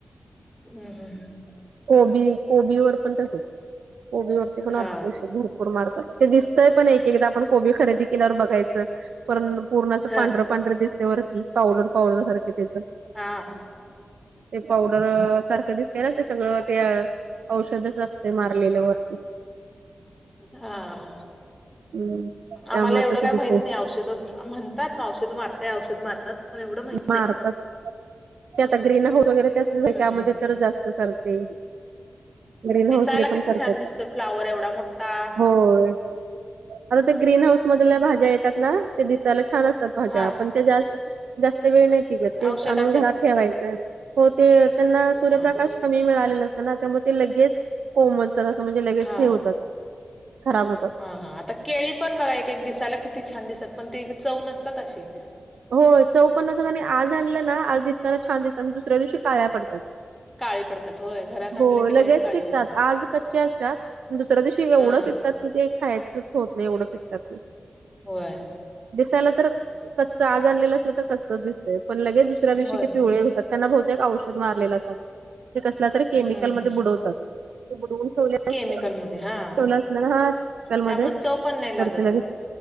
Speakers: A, in the centre; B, on the right.
A: हम् हम हम.
B: कोबी कोबीवर पण तसेच कोबीवररती पणषर
A: हा
B: ूर मारत ते दिसतय पण एक एकदा आपण कोबी खरेदी केल्यावर बघायचं. पण पूर्ण असं
A: हा
B: पांढरं पांढरं दिसते वरती पावडर पावडर सारखे त्याच
A: हा
B: ते पावडर सारखं दिसतय ना. सगळं ते औषधच असते मारलेल्या वती
A: हा
B: हम्म त्यामुळे
A: आम्हाला एवढं
B: कसं
A: काय
B: दिसते
A: माहित नाही औषध म्हणतात ना औषध मारताय औषध मार. पण एवढं. माहित नाही.
B: मारतात ते आता ग्रीन हाऊस वगैरेस
A: हम्म
B: त्यामध्ये
A: हम्
B: तर जास्तत ते ग्रीन
A: दिसायला
B: हऊस न पण
A: किती
B: करतात
A: छान दिसतोय फ्लावर एवढा मोठा
B: होय. आता त्या ग्रीन हाऊस मधल्या भाज्या येतात ना ते दिसायला छान असतात भाज्या
A: हा
B: पण ते जास्त जास्त वेळ नाही तिक ते
A: औषधाच्याच
B: आणून घरात ठेवायचंय. हो ते त्यांना सूर्यप्रकाश
A: हा
B: कमी मिळालेले असतना त्यामुळे ते लगेच होमच. म्हणजे लगेच
A: हा
B: हे होतात खराब होतं.
A: हा हा आता- केळी पण बघ एक एक दिसायला किती छान दिसत पण ते चव नसतात अशी
B: हो चौपन्नसात आणि आज आणलं ना आज दिसताना छान दिसात आणि दुसऱ्या दिवशी काळ्या पडतात.
A: काळी पडतात होय घरात आणलं
B: हो
A: की
B: लगेच
A: काळी
B: पिकतात
A: पडतात
B: आज कच्चे असतात दुसऱ्या दिवशी एवढं
A: हा
B: पिकतात. कि ते खायचंच होत नाही एवढं फिकतात.
A: होय.
B: दिसायला तर कच्च आज आणलेला असल. कच दिसतय पण लगेच दुसऱ्या दिवशी
A: होय
B: ते पिवळे होतात त्यांना बहुतेक औषध मारलेलं असतात. ते कसला तरी
A: हम्म
B: केमिकलमध्येध्ये बुडवतात. बुडवून ठेवले
A: केमिकल
B: अस ठेवलं
A: मध्ये हा
B: असलं ना हाकाल मध्येतेला
A: त्यामुळे चव पण नाही लागत